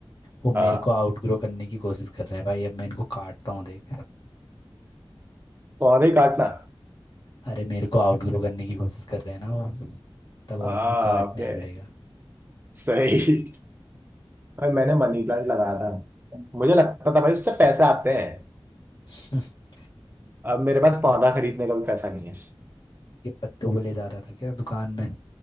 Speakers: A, on the left; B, on the right.
A: वो
B: हाँ
A: मेरे को आउटग्रो करने की कोशिश कर रहे हैं भाई अब मैं इनको काटता हूँ देख
B: पौधे काटना
A: अरे मेरे को आउटग्रो करने की कोशिश कर रहे हैं ना वो तब
B: हाँ
A: अब इनको काटना
B: ओके
A: ही पड़ेगा
B: सही भाई मैंने मनी प्लांट लगाया था मुझे लगता था भाई उससे पैसे आते हैं
A: <laughs>
B: अब मेरे पास पौधा खरीदने का भी पैसा नहीं है
A: ये पत्तों को ले जा रहा था क्या दुकान में